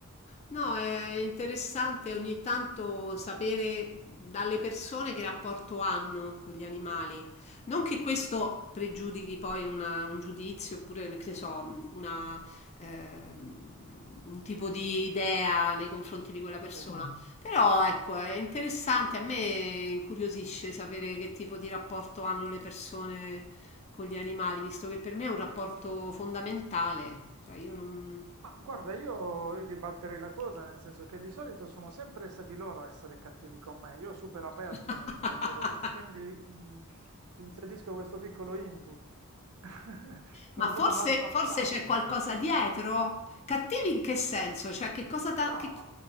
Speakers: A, on the left; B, on the right.
A: No, è interessante ogni tanto sapere dalle persone che rapporto hanno con gli animali. Non che questo pregiudichi poi una- un giudizio oppure, che ne so, una, ehm, un tipo di idea nei confronti di quella persona.
B: Sì.
A: Mm. Però ecco, è interessante, a me incuriosisce sapere che tipo di rapporto hanno le persone con gli animali, visto che per me è un rapporto fondamentale. Cioè, io non...
B: Ma guarda, io ribalterei la cosa, nel senso che di solito sono sempre stati loro a essere cattivi con me, io super aperto
A: <laughs>
B: nei, nei loro... con- Quindi mh, ti inserisco questo piccolo input. <laughs> Sono
A: Ma forse,
B: stato maltrattato.
A: forse c'è qualcosa dietro? Cattivi in che senso? Cioè, che cosa t'ha-
B: No,
A: che-